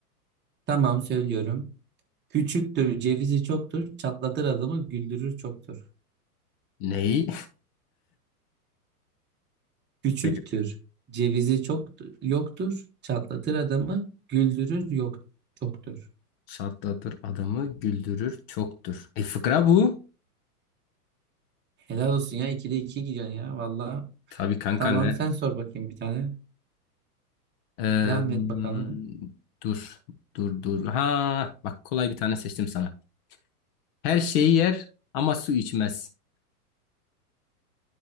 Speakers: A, on the right; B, on the left.
A: Tamam söylüyorum. Küçüktür cevizi çoktur çatlatır adamı güldürür çoktur.
B: Neyi?
A: Küçüktür
B: <laughs>
A: cevizi çok yoktur çatlatır adamı güldürür yok çoktur.
B: Şatlatır adamı güldürür çoktur. E fıkra bu.
A: Helal olsun ya 2'de iki gidiyorsun ya valla.
B: Tabii kanka
A: Tamam
B: ne?
A: sen sor bakayım bir tane.
B: Ee,
A: Devam
B: hmm,
A: et bakalım.
B: dur, dur, dur. Ha, bak kolay bir tane seçtim sana. Her şeyi yer ama su içmez.